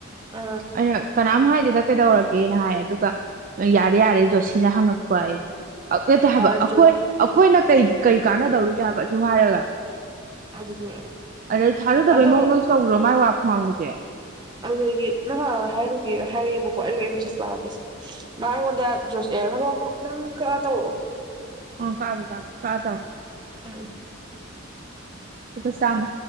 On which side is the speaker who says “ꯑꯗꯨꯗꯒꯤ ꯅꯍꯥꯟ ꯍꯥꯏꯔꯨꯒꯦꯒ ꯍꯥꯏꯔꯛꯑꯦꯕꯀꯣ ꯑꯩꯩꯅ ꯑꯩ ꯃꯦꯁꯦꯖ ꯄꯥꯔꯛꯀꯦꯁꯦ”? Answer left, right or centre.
Right